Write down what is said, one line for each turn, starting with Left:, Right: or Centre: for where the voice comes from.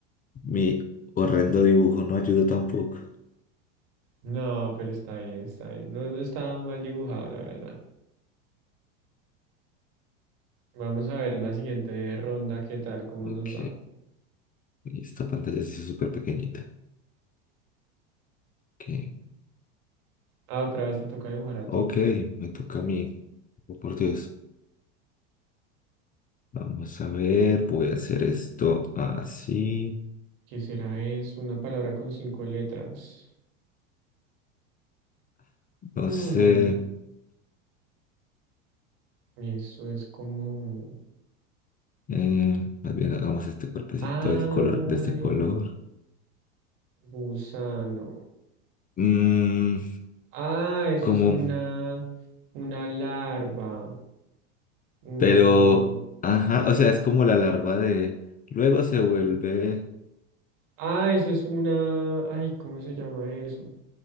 Left: mi horrendo dibujo, no ayudo tampoco.
Right: No, pero está bien, está bien. No, no estaba mal dibujado, la verdad. Vamos a ver la siguiente ronda, qué tal, cómo
Left: Ok,
Right: nos va.
Left: y esta pantalla se es súper pequeñita. Ok.
Right: Ah, otra vez te toca dibujar a ti.
Left: Ok, me toca a mí. Oh, por Dios. Vamos a ver, voy a hacer esto así.
Right: quisiera Es una palabra con cinco letras.
Left: No
Right: Hmm,
Left: sé.
Right: y eso es como...
Left: eh, más bien hagamos este cuerpecito,
Right: Ay,
Left: el color de este color.
Right: gusano.
Left: Mm,
Right: Ah, eso
Left: como,
Right: es una... Una larva. Una...
Left: pero, ajá, o sea, es como la larva de... Luego se vuelve,
Right: Ah, eso es una... Ay, ¿cómo se llama eso?